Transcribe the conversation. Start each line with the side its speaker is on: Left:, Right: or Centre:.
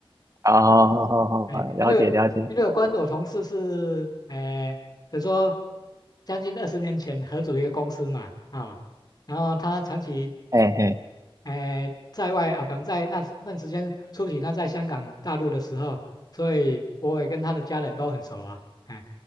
Right: 好好好好，
Left: <laughs> 哎，
Right: 好了解了解，
Left: 因为因为我关我同事是，哎，比如说将近二十年前合组一个公司嘛，啊、然后他长期。
Right: 哎嘿，
Left: 哎、在外啊，可能在那段时间初期他在香港、大陆的时候，所以我也跟他的家人都很熟啊，哎，